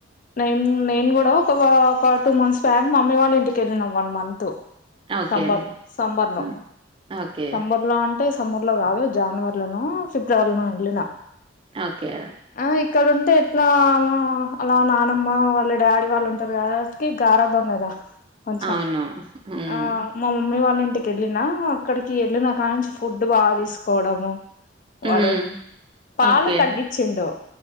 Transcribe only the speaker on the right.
ఓకే
హ్మ్. ఓకే
ఓకే
అవును హ్మ్
హ్మ్
ఓకే